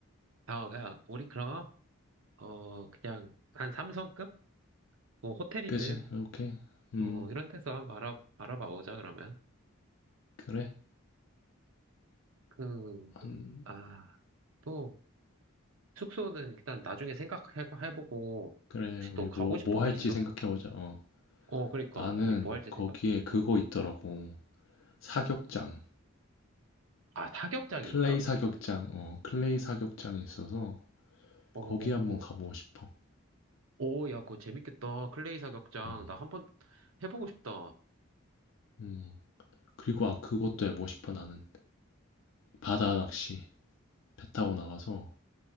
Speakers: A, on the right; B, on the left.
A: 아, 그냥 우리 그럼 어 그냥 한 삼성급 뭐 호텔이든
B: 그지, 오케이.
A: 뭐
B: 음,
A: 이런 데서 한번 알아 알아봐 보자 그러면.
B: 그래.
A: 그
B: 한,
A: 아또 숙소는 일단 나중에 생각해보고,
B: 그래,
A: 혹시
B: 우리
A: 너 가고
B: 뭐,
A: 싶은
B: 뭐
A: 데
B: 할지
A: 있어?
B: 생각해보자. 어,
A: 어, 그러니까,
B: 나는
A: 우리 뭐 할지
B: 거기에
A: 생각,
B: 그거
A: 응.
B: 있더라고. 사격장.
A: 아, 사격장이
B: 클레이
A: 있어?
B: 사격장, 어, 클레이 사격장이 있어서
A: 오,
B: 거기 한번 가보고 싶어.
A: 오, 야, 그거 재밌겠다. 클레이 사격장.
B: 음,
A: 나 한번 해보고 싶다.
B: 음. 그리고 아, 그것도 해보고 싶어, 나는. 바다 낚시. 배 타고 나가서